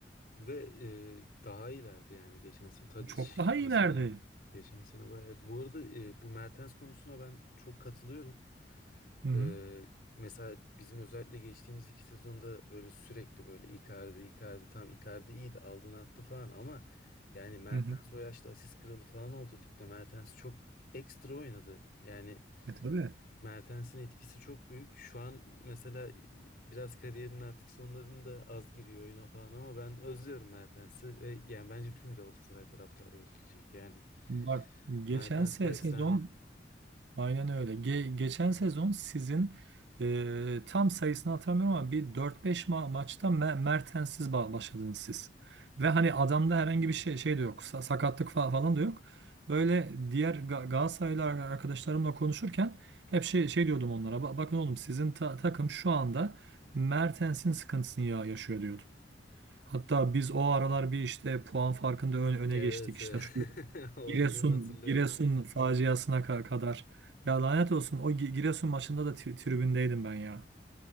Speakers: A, on the left; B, on the right.
A: Ve e, daha ileride yani geçen sene Tadic
B: Çok daha
A: mesela
B: iyilerdi.
A: geçen sene bayağı. Bu arada e, bu Mertens konusuna ben çok katılıyorum.
B: Hı hı.
A: E, mesela bizim özellikle geçtiğimiz iki sezonda böyle sürekli böyle Icardi, Icardi tam Icardi iyiydi aldığını attı falan ama yani Mertens
B: Hı hı.
A: o yaşta asist kralı falan oldu ligde. Mertens çok ekstra oynadı. Yani
B: E tabii.
A: Mertens'in etkisi çok büyük. Şu an mesela biraz kariyerinin artık sonlarında az giriyor oyuna falan ama ben özlüyorum Mertens'i ve yani bence tüm Galatasaray taraftarı özleyecek. Yani
B: Bak geçen
A: Mertens
B: se-
A: bir efsane.
B: sezon Aynen öyle. Ge- geçen sezon sizin e, tam sayısını hatırlamıyorum ama bir dört beş ma maçta Me- Mertens'siz ba- başladınız siz. Ve hani adamda herhangi bir şey şey de yok. sa- sakatlık fa- falan da yok. Böyle diğer Ga Galatasaraylı ar- arkadaşlarımla konuşurken hep şey şey diyordum onlara. "Ba- bakın oğlum sizin ta- takım şu anda Mertens'in sıkıntısını ya yaşıyor diyordum. Hatta biz o aralar bir işte puan farkında ön- öne
A: Evet,
B: geçtik. İşte
A: evet.
B: şu
A: <laughs> o
B: Giresun,
A: dönemi hatırlıyorum.
B: Giresun faciasına ka- kadar. Ya lanet olsun o Gi- Giresun maçında da tri- tribündeydim ben ya.